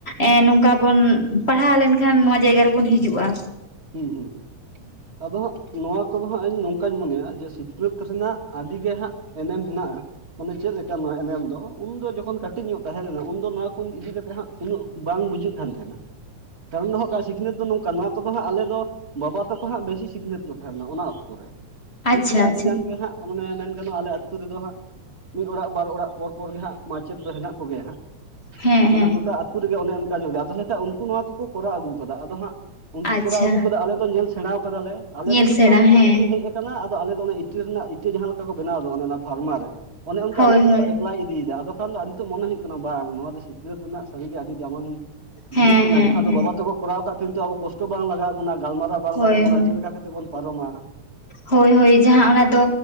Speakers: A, on the left; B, on the right.
A: ᱮ ᱱᱚᱝᱠᱟ ᱵᱚᱱ ᱯᱟᱲᱦᱟᱣ ᱞᱮᱱᱠᱷᱟᱱ ᱱᱚᱣᱟ ᱡᱟᱭᱜᱟ ᱨᱮᱵᱚᱱ ᱦᱤᱡᱩᱜ-ᱟ᱾
B: ᱦᱩᱸ ᱦᱩᱸ ᱦᱩᱸ <unintelligible> ᱟᱫᱚ ᱦᱟᱸᱜ ᱱᱚᱣᱟ ᱠᱚᱫᱚ ᱦᱟᱸᱜ ᱤᱧ ᱱᱚᱝᱠᱟᱧ ᱢᱚᱱᱮᱭᱟ ᱡᱮ ᱥᱤᱠᱷᱱᱟᱹᱛ ᱨᱮᱱᱟᱜ ᱟᱹᱰᱤ ᱜᱮ ᱦᱟᱸᱜ ᱮᱱᱮᱢ ᱦᱮᱱᱟᱜ-ᱟ᱾ ᱢᱟᱱᱮ ᱪᱮᱫ ᱞᱮᱠᱟ ᱱᱚᱣᱟ ᱮᱱᱮᱢ ᱫᱚ ᱩᱱ ᱫᱚ ᱡᱚᱠᱷᱚᱱ ᱠᱟᱹᱴᱤᱡ ᱧᱚᱜ ᱛᱟᱦᱮ ᱞᱮᱱᱟ ᱩᱱᱫᱚ ᱱᱚᱣᱟ ᱠᱚ ᱤᱫᱤ ᱠᱟᱛᱮᱜ ᱦᱟᱜ ᱩᱱᱟᱹᱜ ᱵᱟᱝ ᱵᱩᱡᱷᱟᱹᱜ ᱠᱟᱱ ᱛᱟᱦᱮᱱᱟ <unintelligible> ᱠᱟᱨᱚᱱ ᱫᱚ ᱦᱩᱭᱩᱜ ᱠᱟᱱᱟ ᱥᱤᱠᱷᱱᱟᱹᱛ ᱫᱚ ᱱᱚᱝᱠᱟ ᱱᱚᱣᱟ ᱠᱚ ᱫᱚ ᱦᱟᱜ ᱟᱞᱮ ᱫᱚ ᱵᱟᱵᱟ ᱛᱟᱠᱚ ᱦᱟᱸᱜ ᱵᱮᱥᱤ ᱥᱤᱠᱷᱱᱟᱹᱛ ᱠᱚ ᱛᱟᱦᱮ ᱞᱮᱱᱟ ᱚᱱᱟ ᱚᱠᱛᱚ ᱨᱮ ᱩᱱ
A: ᱟᱪᱪᱷᱟ
B: ᱥᱚᱢᱚᱭ ᱟᱹᱰᱤ
A: ᱟᱪᱪᱷᱟ
B: ᱜᱟᱱ ᱜᱮ ᱦᱟᱸᱜ ᱢᱟᱱᱮ ᱢᱮᱱ ᱜᱟᱱᱚᱜ-ᱟ ᱟᱞᱮ ᱟᱹᱛᱩ ᱨᱮᱫᱚ ᱦᱟᱸᱜ ᱢᱤᱫ ᱚᱲᱟᱜ ᱵᱟᱨ ᱚᱲᱟᱜ ᱯᱚᱨ ᱯᱚᱨ ᱜᱮ ᱦᱟᱸᱜ ᱢᱟᱪᱮᱫ ᱫᱚ ᱦᱮᱱᱟᱜ ᱠᱚᱜᱮᱭᱟ ᱦᱟᱸᱜ
A: ᱦᱮᱸ
B: ᱢᱟᱱᱮ
A: ᱦᱮᱸ
B: ᱜᱚᱴᱟ ᱟᱹᱛᱩ ᱨᱮᱜᱮ ᱚᱱᱮ ᱚᱱᱠᱟ ᱧᱚᱜ ᱜᱮᱭᱟ ᱛᱟᱦᱚᱞᱮ ᱠᱷᱟᱡ ᱩᱱᱠᱩ ᱱᱚᱣᱟ ᱠᱚᱠᱚ ᱠᱚᱨᱟᱣ ᱟᱹᱜᱩ ᱟᱠᱟᱫᱟ ᱟᱫᱚ ᱦᱟᱸᱜ ᱩᱱᱠᱩ
A: ᱟᱪᱪᱷᱟ
B: ᱠᱚᱨᱟᱣ ᱟᱹᱜᱩ ᱟᱠᱟᱫᱟ ᱟᱞᱮ ᱫᱚ ᱧᱮᱞ ᱥᱮᱬᱟ ᱟᱠᱟᱫᱟᱞᱮ ᱟᱞᱮ
A: ᱧᱮᱞ
B: ᱫᱚ <unintelligible>
A: ᱥᱮᱬᱟ
B: ᱴᱷᱮᱱ
A: ᱦᱮᱸ
B: ᱦᱮᱡ ᱟᱫᱚ ᱟᱞᱮ ᱫᱚ ᱤᱴᱟᱹ ᱨᱮᱱᱟᱜ ᱤᱴᱟᱹ ᱡᱟᱦᱟᱸ ᱞᱮᱠᱟ ᱠᱚ ᱵᱮᱱᱟᱣ <unintelligible> ᱚᱱᱟ ᱯᱷᱟᱨᱢᱟ ᱨᱮ ᱚᱱᱮ ᱚᱱᱠᱟ
A: ᱦᱳᱭ
B: ᱟᱞᱮ ᱫᱚᱞᱮ
A: ᱦᱳᱭ
B: ᱮᱯᱞᱟᱭ ᱤᱫᱤ ᱮᱫᱟ ᱟᱫᱚᱠᱷᱟᱱ ᱫᱚ ᱟᱨ ᱱᱤᱛᱚᱜ ᱢᱚᱱᱮ ᱦᱩᱭᱩᱜ ᱠᱟᱱᱟ ᱵᱟᱝ ᱱᱚᱣᱟ ᱫᱚ ᱥᱤᱠᱷᱱᱟᱹᱛ ᱨᱮᱱᱟᱜ ᱥᱟᱹᱨᱤᱜᱮ ᱟᱹᱰᱤ ᱫᱟᱢᱟᱱ
A: ᱦᱮᱸ
B: ᱡᱤᱱᱤᱥ ᱠᱟᱱᱟ
A: ᱦᱮᱸ
B: ᱡᱟᱦᱟᱸ ᱫᱚ
A: ᱦᱮᱸ
B: ᱵᱟᱵᱟ ᱛᱮᱠᱚ ᱠᱚᱨᱟᱣ ᱟᱠᱟᱫ ᱛᱮ ᱱᱤᱛᱚᱜ ᱟᱵᱚ ᱠᱚᱥᱴᱚ ᱵᱟᱝ ᱞᱟᱜᱟᱣ-ᱟᱜ ᱵᱚᱱᱟ ᱜᱟᱞᱢᱟᱨᱟᱣ ᱵᱟᱝ
A: ᱦᱳᱭ
B: ᱞᱟᱜᱟᱣ-ᱟᱜ ᱵᱚᱱᱟ
A: ᱦᱳᱭ
B: ᱪᱮᱫ ᱞᱮᱠᱟ ᱠᱟᱛᱮᱫ ᱵᱚᱱ ᱯᱟᱨᱚᱢᱟ
A: ᱦᱳᱭ ᱦᱳᱭ ᱡᱟᱦᱟᱸ ᱚᱱᱟ ᱫᱚ